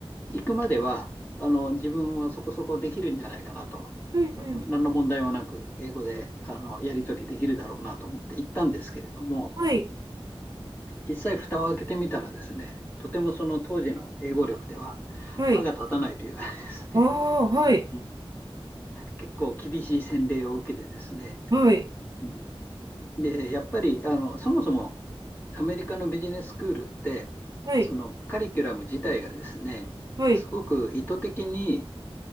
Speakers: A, on the left; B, on the right.
A: 行くまでは、あの、自分はそこそこできるんじゃないかなと、
B: うんうん。
A: あの、何の問題もなく英語で、あの、やり取りできるだろうなと思って行ったんですけれども、
B: はい、
A: 実際蓋を開けてみたらですね、とてもその当時の英語力では歯が立たないというかですね、
B: はい。ああ、はい、
A: うん、結構厳しい洗礼を受けてですね、
B: はい、
A: うん、でやっぱりあのそもそもアメリカのビジネススクールって
B: はい、
A: そのカリキュラム自体がですねすごく意図的に
B: はい、